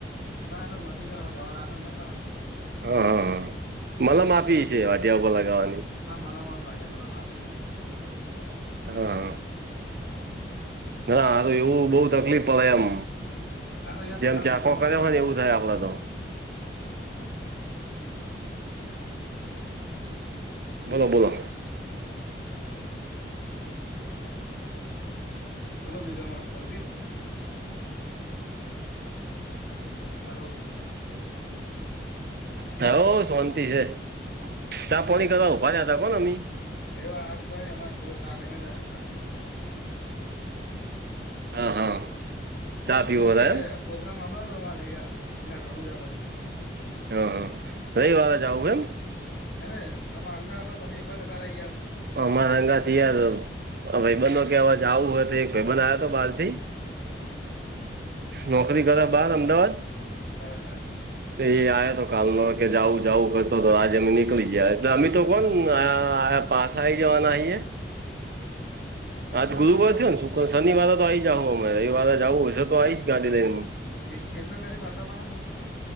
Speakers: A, on the left; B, on the right.
A: ના તો મટી ગયો, હવે દવા લાયા તા મહેસાણાથી.
B: હ, હા, હા, મતલબ માપી છે, વાટીયા પર લગાવવાની.
A: હા, મલમ વાટીયા પર લગાવાની.
B: હા. હા, હારું એવું બઉ, તકલીફ પડે એમ.
A: આ તો યાર
B: જેમ
A: ત્રણ
B: ઝાંખો
A: મહિને માટે
B: કર્યો
A: વાઢ્યો
B: હોય ને, એવું
A: યાર
B: થાય આપડે તો. બોલો, બોલો.
A: બોલો ભાઈ તામારે શાંતિ? હલો.
B: હ, હો શાંતિ છે, ચાં-પોણી કરવા ઉભા રહ્યા હતા, કોને મી.
A: એવ આ કોઈ નઈ એમા સૂરત ચાલીને ગયા હતા.
B: હા હા. ચા
A: હ સુરો
B: પીવો હતા
A: કે,
B: એમ.
A: પ્રોગ્રામ આવાનું, તમારે યાર અંગાત રણુજા બાજુ.
B: હમ, હા, રવિવારે જાવું એમ.
A: હ ને, તમા હંગાત આપો ને, તમે એકલા જતા રહયા.
B: અમા હંગાત થયા, આ ભાઈબંધ નો કે અવે જાવું હોય તો, એક ભાઈબંધ આવ્યો હતો બાર થી.
A: હમ, હમ.
B: નોકરી કરે, બહાર અમદાવાદ.
A: હા, હા.
B: તો એ આયા તો કાલનો કે, જાઉ જાઉ કરતો તો, આજે અમે નિકલી જ્યાં. અમી તો કોણ પાસાહી જવાના છીએ. આજ
A: તો
B: ગુરુવાર
A: તમારે
B: થયો ને, શુક્ર-શનિવારે તો આઈ જાહું, અમારે રવિવારે જવું હશે તો, આવીશ ગાડી લઈને.
A: જે જેસલમેર થી પાસા આવવાના તમે.